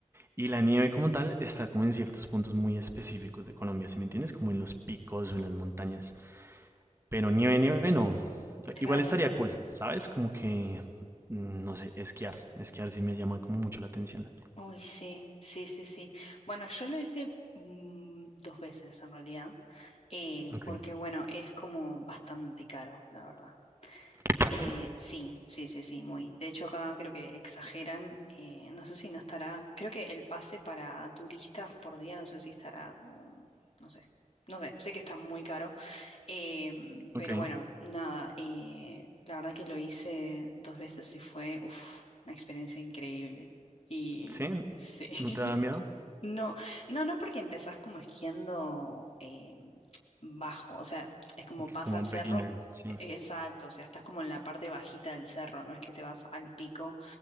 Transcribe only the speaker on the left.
Claro.
Uy, sí, sí, sí, sí. Bueno, yo lo hice mm, dos veces en realidad, eh,
porque bueno, es como bastante caro, la verdad.
Eh,
sí, sí, sí, sí, muy. De hecho, acá creo que exageran, eh, no sé si no estará, creo que el pase para turistas por día, no sé si estará como, no sé, no sé, sé que está muy caro. Eh,
pero bueno, nada, eh, la verdad que lo hice dos veces y fue uf, una experiencia increíble. Y
sí,
<laughs>
no, no, no porque empezás como esquiando eh, bajo, o sea, es como
vas
al cerro,
e- exacto, o sea, estás como en la parte bajita del cerro, no es que te vas al pico,